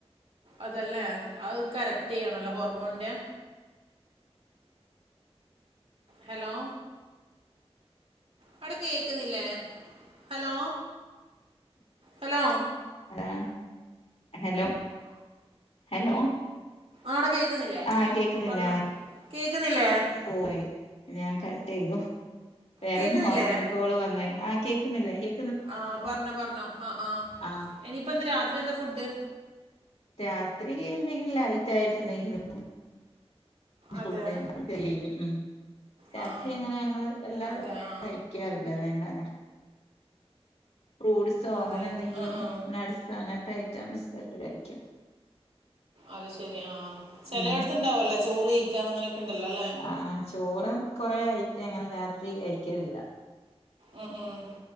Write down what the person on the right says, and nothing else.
അതല്ലേ അത് കറക്റ്റ് ചെയ്യണല്ലോ ഹോർമോൻ്റെ ഹലോ അവിടെ കേക്കുന്നില്ലേ ഹലോ ഹലോ
ആട കേക്കുന്നില്ലേ
പർനൊ
കേക്കുന്നില്ലേ
കേക്കുന്നില്ലേ
ആഹ് പർനൊ പർനൊ ആഹ് ആഹ്
ഇനിയിപ്പ എന്താ രാത്രി എന്താ ഫുഡ്ഡ്
അതെ
ആ ആ
അതെ ആ
അതെ
ആ ആ
അത് ശെരി ആഹ് ചെലെയെട്ത്തുണ്ടാവല്ലൊ
ചോറ് കയ്ക്കാന്ന് അങ്ങനെക്കെണ്ടല്ലോ ലേ
ഉം ഉം